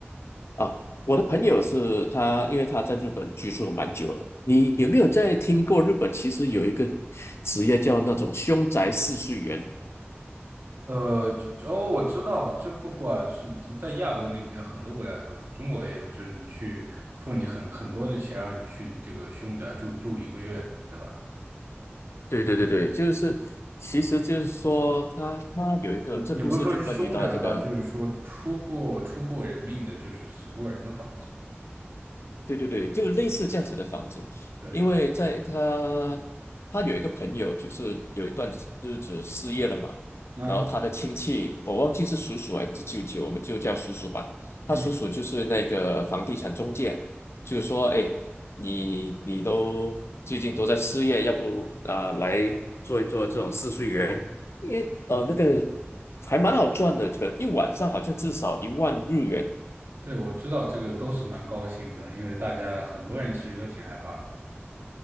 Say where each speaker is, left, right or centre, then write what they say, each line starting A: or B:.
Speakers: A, on the left; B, on the right.
A: 啊，我的朋友是他，因为他在日本居住蛮久了。你有没有在听过日本其实有一个职业叫那种凶宅试睡员？
B: 呃，哦，我知道，这不管是在在亚洲那边，很多国家都有，中国也有，就是你去付你很很多的钱，让你去这个凶宅住住一个月，对吧？
A: 对对对对，就是，其实就是说他他有一个，
B: 也也不是说是凶宅吧，
A: 这故事就关于到这个
B: 就是说出过出过人命的，就是死过人的房子。
A: 对对对，就类似这样子的房子，
B: 对，
A: 因为在他他有一个朋友，就是有一段日子失业了嘛，
B: 啊，
A: 然后他的亲戚，我忘记是叔叔还是舅舅，我们就叫叔叔吧。
B: 嗯。
A: 他叔叔就是那个房地产中介，就是说，哎，你你都最近都在失业，要不啊、来做一做这种试睡员，因为呃那个还蛮好赚的，这个一晚上好像至少一万日元，
B: 对，我知道这个都是蛮高薪的，因为大家很多人其实都挺害怕的，